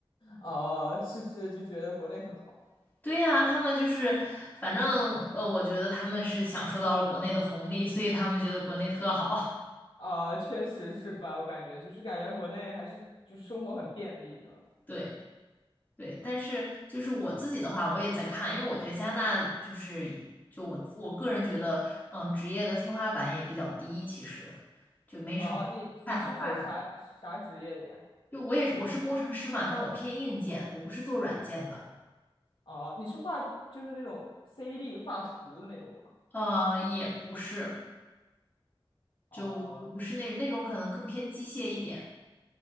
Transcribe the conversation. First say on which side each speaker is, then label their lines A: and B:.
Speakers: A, on the left; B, on the left.
A: 哦，是不是就觉得国内很好？
B: <laughs> 对呀，他们就是，反正呃，我觉得他们是享受到了国内的红利，所以他们觉得国内特好。
A: 啊，确实是吧？我感觉就是感觉国内还是就是生活很便利的。
B: <laughs> 对对，但是就是我自己的话，我也在看，因为我觉得加拿大就是就我我个人觉得，嗯、职业的天花板也比较低，其实就没什么太好发展。
A: 哦，你你是做啥啥职业的呀？
B: 就我也是我是工程师嘛，但我偏硬件，我不是做软件的，
A: 哦，你是画图就是那种 c d 画图的那种吗？
B: 呃，也不是，就我不是那那种可能更偏机械一点。
A: 哦